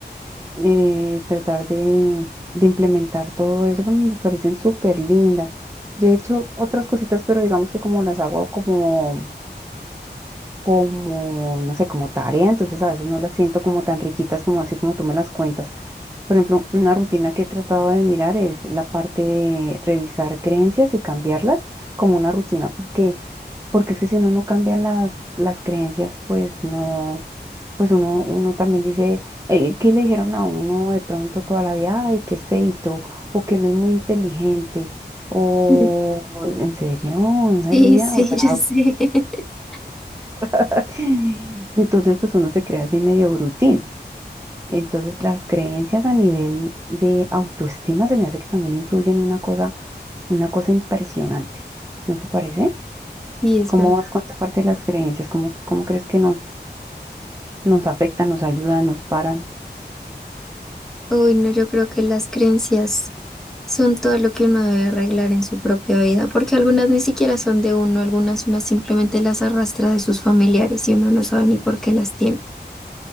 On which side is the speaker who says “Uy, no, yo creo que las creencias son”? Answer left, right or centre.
Centre